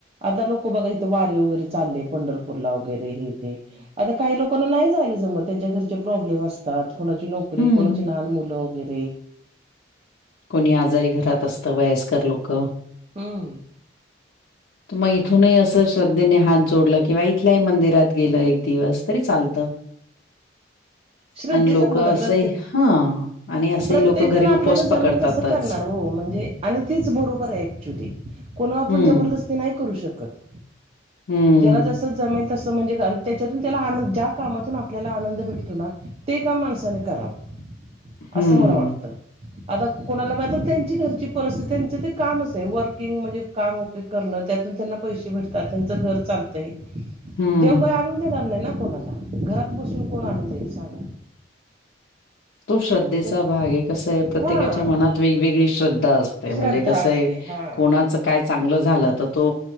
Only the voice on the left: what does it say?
हं.
कोणी आजारी घरात असता वयस्कर लोक
मग इथूनही असं श्रद्धेने हात जोडलं किंवा इथल्याही मंदिरात गेलं एक दिवस तरी चालतं
आणि लोकं
असंही
हां. आणि असेही
लोकं घरी
उपवास पकडतातच.
हं.
हं.
हं.
हं.
तो श्रद्धेचा
भाग आहे कस आहे प्रत्येकाच्या
मनात वेगवेगळी श्रद्धा असते म्हणजे
कसंय
कोणाचं काय चांगलं झालं तर तो